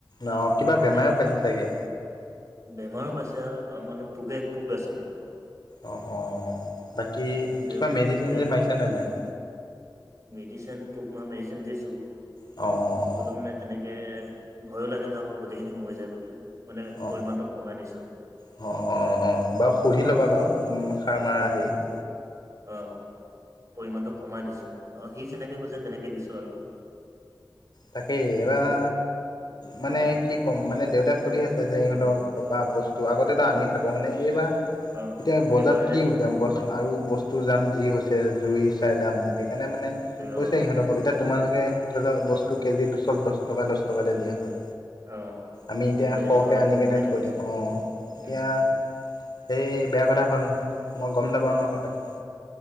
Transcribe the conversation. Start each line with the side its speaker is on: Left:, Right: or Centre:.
Left: উম, কিবা
Right: সেইকাৰণে
Left: বেমাৰেও পাইছে চাগে!
Right: বেমাৰো পাইছে মানে পোকে পোক আছে কিন্তু।
Left: অ', অ', বাকী
Right: পোকে
Left: কিবা মেডিচিন-চেডিচিন
Right: পোকে ধৰে
Left: মাৰিছা নে নাই?
Right: মেডিচিন পোক মৰা মেডিচিন দিছো।
Left: অ', অ', অ'।
Right: হ'লেও মানে তেনেকে ভয়ো লাগে নহয় আকৌ গোটেইখিনি মৰি যায় বুলি, মানে
Left: অ', অ',
Right: পৰিমানটো ক'মাই দিছো।
Left: অ', অ', অ', অ', বাৰু সুধি ল'বা বাৰু সাৰ মাৰা
Right: অ
Left: হেৰিক।
Right: অ', পৰিমাণটো ক'মাই দিছোঁ অ', সি যেনেকৈ কৈছে তেনেকৈ দিছোঁ আৰু।
Left: তাকেই এবাৰ মানে কি ক'ম মানে, দেউতাক সুধি আছে যে ইহঁতক <unintelligible> বস্তু আগতেতো আনি থাকো হয়নে, এইবাৰ
Right: অ
Left: এতিয়া বজাৰত
Right: এইবাৰহে
Left: কি উলিয়াম কোৱা চোন আৰু বস্তুৰ দাম যি হৈছে জুই চাই দাম সেইকাৰণে মানে কৈছে
Right: অ
Left: ইহঁতক এতিয়া তোমালোকে ধৰি লোৱা বস্তু কেজিত চব দহ টকা দহ টকাতে দিয়া হয়।
Right: অ
Left: আমি এতিয়া
Right: আমাৰ ৰেটটো
Left: সৰহকে
Right: অলপ
Left: আনি
Right: কমকে
Left: কেনে থৈ
Right: দি আছো
Left: দিওঁ অ', এতিয়া
Right: উম
Left: সেই বেয়া কথা হ'ল নহয় এতিয়া, মই গ'ম নাপাওঁ নহয় কথাটো।